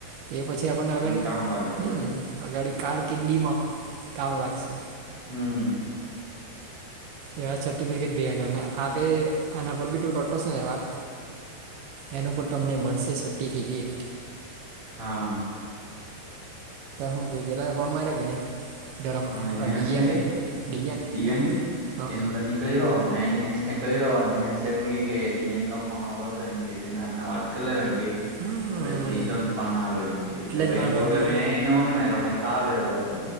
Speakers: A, on the right (about 75°); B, on the right (about 35°).
A: તે પછી આપણને આગળ
B: કામ લાગે
A: હું.
B: વરી
A: આ ગાડી કાર કિડનીમાં કામ લાગશે.
B: હું.
A: એવા સર્ટિફિકેટ બેગ કરના આપે આના પર ભીતું કરતો છે, ને વાત. એનું પણ તમને મળશે, સર્ટિફિકેટ.
B: હામ.
A: હું કે પેલા ફોન માર્યો કે નહીં. ધરમ
B: કોણ નેહાસને
A: ડિયાંગ
B: ગે
A: ડિયાંગ
B: દિગંગ
A: હ
B: તે અંદરની. કઈ રહ્યો મેં એને હસને કહી રહ્યો, અને મહેશ ડીએન ફોન આવરો છે, એમ કે તેના હતના વાત. કરેલો એમ કેય
A: હમ
B: પછી તો ફોન મારો એમ કે એટલે
A: જ
B: ભાઈ
A: મારમાં
B: એવડે
A: વ્ય
B: મે એને નો મારિયો મેં. ખા બેલો હતો